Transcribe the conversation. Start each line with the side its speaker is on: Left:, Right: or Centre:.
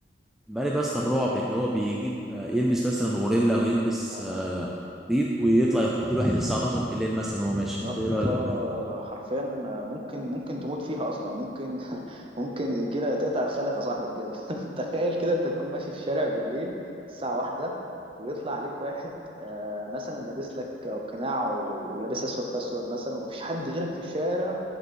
Centre: مقلب يا اسطى الرعب اللي هو بيجيب يلبس مثلا غوريلا او يلبس
Right: يا
Centre: آه،
Right: نهار ابيض
Centre: ريد ويطلع يخض الواحد الساعه 12 بالليل مثلا وهو ماشي
Right: يا
Centre: انت
Right: اسطى
Centre: ايه رايك في المقالب؟
Right: حرفيا ممكن ممكن تموت فيها اصلا ممكن <laughs> ممكن يجي لها تقطع الخلف يا صاحبي بجد <laughs> تخيل كده انت تكون ماشي في شارع بالليل الساعه واحدة ويطلع عليك واحد آه، مثلا لابس لك قناع ولابس اسود في اسود مثلا ومفيش حد غيرك في الشارع